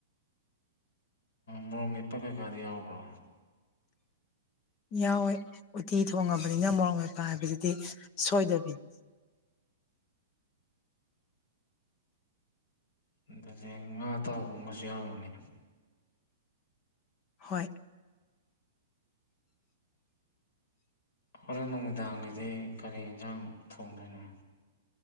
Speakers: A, on the left (about 70°); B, on the left (about 30°).
A: ꯃꯣꯔꯣ ꯅꯤꯠꯄ ꯀꯩꯀꯥꯗꯤ ꯌꯥꯎꯕ꯭ꯔꯣ
B: ꯌꯥꯎꯋꯦ ꯎꯇꯤ ꯊꯣꯡꯉꯕꯅꯤꯅ ꯃꯔꯣꯛ ꯃꯄ ꯍꯥꯏꯗꯨꯗꯤ ꯁꯣꯏꯗꯕꯤꯅꯤ
A: ꯑꯗꯨꯗꯤ ꯉꯥ ꯑ ꯇꯥꯕꯒꯁꯨ ꯌꯥꯝꯎꯕꯅꯤ
B: ꯍꯣꯏ
A: ꯍꯣꯔꯦꯟ ꯅꯨꯃꯤꯗꯥꯡꯒꯤꯗꯤ ꯀꯔꯤ ꯌꯦꯟꯁꯥꯡ ꯊꯣꯡꯗꯣꯏꯅꯣ